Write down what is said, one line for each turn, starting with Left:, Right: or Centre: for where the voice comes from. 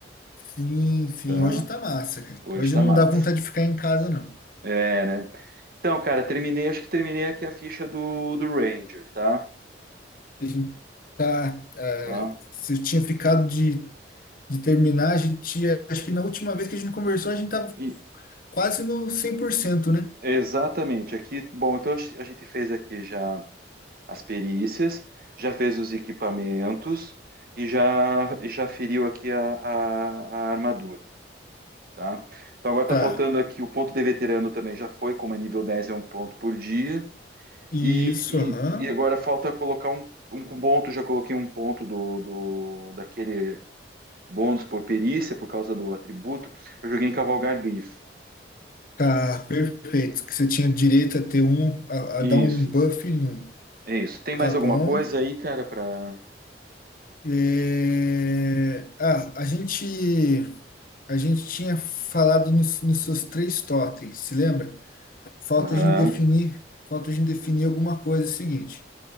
Left: Sim, sim.
Right: tá?
Left: Hoje tá massa, cara.
Right: Hoje
Left: Hoje
Right: tá
Left: não
Right: massa.
Left: dá vontade de ficar em casa, não.
Right: É, né? Então, cara, terminei, acho que terminei aqui a ficha do, do Ranger, tá?
Left: A gente tá. eh,
Right: Tá?
Left: se eu tinha ficado de, de terminar, a gente tinha. Acho que na última vez que a gente conversou, a gente tava
Right: E-
Left: quase no cem por cento, né?
Right: exatamente, aqui, bom, então a gente fez aqui já as perícias, já fez os equipamentos e já, e já feriu aqui a, a- a armadura, tá? Então agora
Left: Tá.
Right: tá faltando aqui o ponto de veterano também já foi, como é nível 10 é um ponto por dia.
Left: Isso,
Right: E, e,
Left: aham.
Right: e agora falta colocar um, um ponto, já coloquei um ponto do, do daquele bônus por perícia por causa do atributo. Eu joguei em cavalgar grifo.
Left: Tá, perfeito. Que você tinha direito a ter um. A,
Right: Isso,
Left: a dar um buff num.
Right: é isso. Tem mais
Left: Tá bom.
Right: alguma coisa aí, cara, para
Left: É, ah, a gente a gente tinha falado nos, nos seus três totens, se lembra? Falta
Right: Aham.
Left: a gente definir, falta a gente definir alguma coisa. É o seguinte,